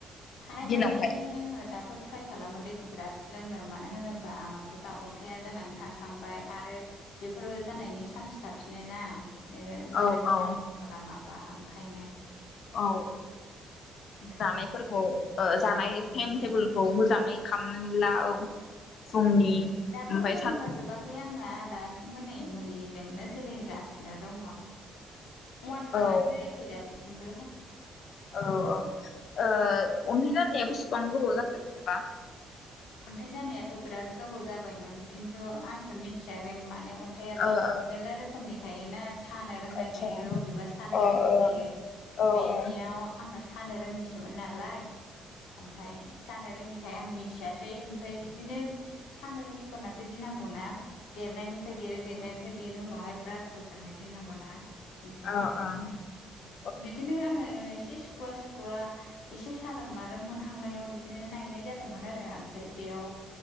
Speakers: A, on the left; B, on the left.
A: हानाय माने
B: दिनावहाय
A: आङो दाथ' ट्राय खालामो दैखौ खो बिराद लोंनो मानोहोनोबा आंनावथ' दा अन्थाया जानानै थांखांबाय आरो बेफोरो जान होननायनि सान्स थाफन ना नोङो
B: औ
A: मोजां केयार
B: औ
A: खालामाबा ओंखायनो
B: औ
A: <inaudible>
B: जानायफोरखौ जानाय
A: जानायफोरखौ
B: टाइम
A: एसे
B: टेबोलखौ मोजाङै खालामनानै ला औ फुंनि
A: दाबो
B: ओमफ्राय
A: मोजां
B: सान
A: जाजोबाखै आंना दासिमबो नै मुलिजोंनो सोलिनोगासिनो दा दङ वान मान्थनो
B: औ
A: जायाखै दासिमबो
B: औ औओ अन्थाइ जानाया बेसिबां गोबाव जाखो जेनेबा
A: हाथाय जानायाथ' बिराद गोबाव जाबायमोन खिन्थु आंसो मिथियाखै मा माने अन्थाइाबो
B: ओ ओ
A: मेरला रोखोमनि थायोना सानो रोंनाय
B: आतसा
A: थायो अबेबा सानो
B: अ
A: रोङि
B: ओ
A: थायो
B: औ आतसा उम औ
A: बेनियाव
B: आतसा
A: आंना सानो रोङिसोमोन नालाय ओमफफ्राय सानो रोङि थाया मिथियासै बै ओमफ्राय बिदिनो सानो रोङिफोरनासो गिनांगौनाा देरनायनिफ्राय देरो देरनायनिफ्राय देरो बिनि उनावहाय ब्रास जाजानो गिनांगौना ओंखायनो
B: औ औ औ
A: बिदिनो आङो एसे सुख सुखुवा सुखुवा एसे सारोम मारोम मोनहांनायाव बिदिनो नायनाय जादोंमोन आरो ओमफ्राय बेयाव